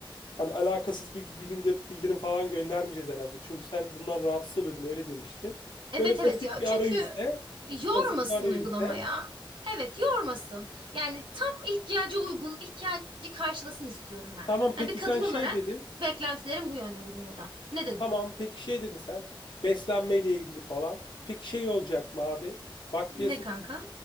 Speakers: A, on the left (about 60°); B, on the right (about 65°).
A: Hani alakasız bir, bir günde bildirim falan göndermeyeceğiz herhalde. Çünkü sen bundan rahatsız oluyordun öyle demiştin.
B: Evet
A: Böyle
B: evet
A: basit
B: ya.
A: bir
B: Çünkü
A: arayüzle,
B: yormasın
A: basit bir arayüzle.
B: uygulamaya, Evet yormasın. Yani tam ihtiyaca uygun, ihtiyacı karşılasın istiyorum ben.
A: Tamam peki
B: Yani bir kadın
A: sen
B: olarak
A: şey dedin.
B: beklentilerim bu yönde uygulamadan. Ne dedim?
A: Tamam peki şey dedin sen. Beslenmeyle ilgili falan. Peki şey olacak mı abi? Bak
B: Ne
A: piyasada
B: kanka?